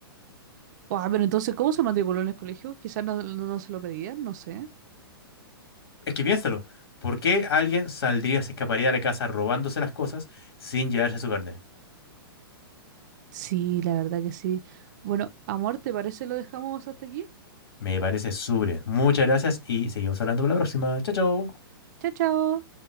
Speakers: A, on the right; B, on the left.
A: O, ah, pero entonces, ¿cómo se matriculó en el colegio? Quizás no, no- no se lo pedían, no sé.
B: Es que piénsalo, ¿por qué alguien saldría, se escaparía de la casa robándose las cosas sin llevarse su carnet?
A: Sí, la verdad que sí. Bueno, amor, ¿te parece lo dejamos hasta aquí?
B: Me parece súper bien. Muchas gracias y seguimos hablando para la próxima. Chao, chao.
A: Chao, chao.